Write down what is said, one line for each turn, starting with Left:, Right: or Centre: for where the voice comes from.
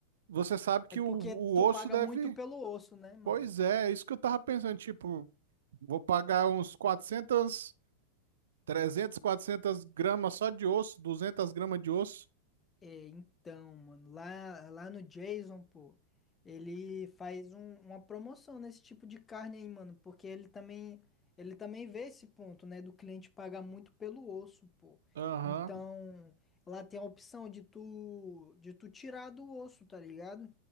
Right: você sabe que
Left: É porque
Right: o, o
Left: tu
Right: osso
Left: paga
Right: deve.
Left: muito pelo osso, né, mano?
Right: Pois é, é isso que eu tava pensando, tipo, vou pagar uns quatrocentos trezentos 400 gramas só de osso, 200 gramas de osso.
Left: É, então, mano, lá, lá no Jason, pô, ele faz um- uma promoção nesse tipo de carne aí, mano, porque ele também, ele também vê esse ponto, né, do cliente pagar muito pelo osso, pô.
Right: Aham,
Left: Então, lá tem a opção de tu, de tu tirar do osso, tá ligado?